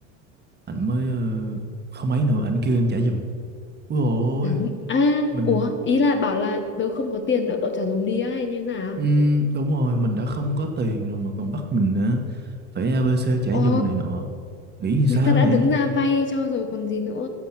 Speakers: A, on the right; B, on the left.
A: ảnh mới ờ, không ấy nữa ảnh kêu em trả giùm ui ôi
B: Trả dùm. À,
A: mình
B: ủa, ý là bảo là tớ không có tiền nữa cậu trả dùm đi á hay như nào?
A: ừm, đúng rồi mình đã không có tiền rồi mà còn bắt mình nữa phải ABC trả
B: Ồ,
A: giùm này nọ nghĩ làm
B: người
A: sao
B: ta đã
A: vậy
B: đứng ra vay cho rồi còn gì nữa.